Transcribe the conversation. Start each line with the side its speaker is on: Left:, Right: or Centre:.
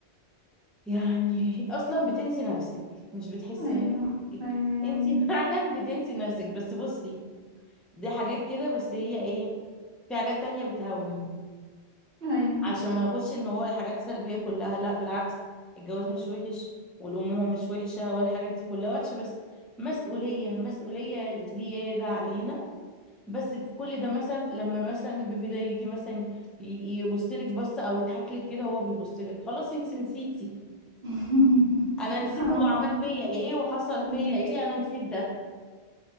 Centre: يعني اصلا بتنسي نفسك مش بتحسي
Right: أيوة
Centre: نفسك
Right: أيوة يا
Centre: انت
Right: عيني
Centre: <laughs> فعلا بتنسي نفسك بس بصي دي حاجات كده بس هي ايه في حاجات تانية بتهون
Right: أيوة
Centre: عشان ما ناخدش ان هو حاجات سلبية كلها لا بالعكس الجواز مش وحش والأمومة مش وحشة ولا الحاجات دي كلها وحشة بس مسؤولية مسؤولية زيادة علينا بس في كل ده مثلا في- لما مثلا البيبي ده يجي مثلا يبص لك بصه او يضحك لك كده وهو بيبص لك خلاص انت نسيتي
Right: <laughs>
Centre: انا
Right: سبحان
Centre: نسيت هو عمل
Right: الله
Centre: فيا ايه وحصل
Right: أمم.
Centre: فيا ايه انا نسيت ده